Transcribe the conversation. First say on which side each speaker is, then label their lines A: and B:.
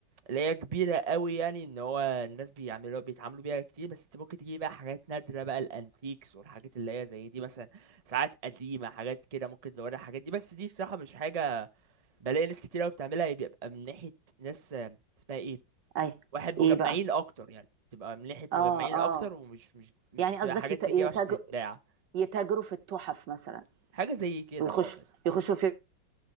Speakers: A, on the right (about 30°); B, on the right (about 65°).
A: اللي هي كبيرة قوي يعني ان هو الناس بيعملوا بيتعاملوا بيها كتير بس انت ممكن تجيب بقى حاجات نادرة بقى الانتيكس والحاجات اللي هي زي دي مثلا ساعات قديمة حاجات كده ممكن تدوري على الحاجات دي بس دي بصراحة مش حاجة بلاقي ناس كتير قوي بتعملها هي بيبقى من ناحية ناس آه، اسمها ايه
B: اي
A: واحد مجمعين
B: ايه بقى
A: اكتر يعني بتبقى من ناحية
B: اه
A: مجمعين
B: اه
A: اكتر ومش مش مش
B: يعني
A: بتبقى
B: قصدك
A: حاجات
B: يت- يتاج...
A: تجيب عشان تتباع
B: يتاجروا في التحف مثلا
A: حاجة زي كده
B: ويخشوا
A: اه مثلا
B: يخشوا في